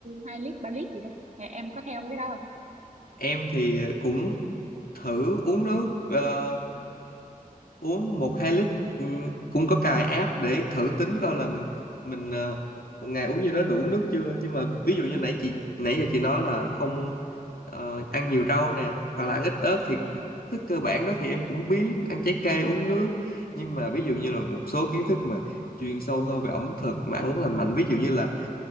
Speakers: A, on the right (about 50°); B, on the left (about 75°).
A: 2 lít 3 lít gì đấy Nhà em có theo mấy cái đó không
B: Em thì cũng thử uống nước ờ, uống một hai lít ừm, cũng có cài app để thử tính coi là mình ờ, một ngày uống như đó đủ nước chưa nhưng mà ví dụ như nãy chị nãy giờ chị nói là không ờ, ăn nhiều rau nè hoặc là ăn ít ớt thì
A: Ừ.
B: thức cơ bản đó thì em cũng biết ăn trái cây uống nước nhưng mà ví dụ như là một số kiến thức mà chuyên sâu hơn về ẩm thực mà ăn uống lành mạnh ví dụ như là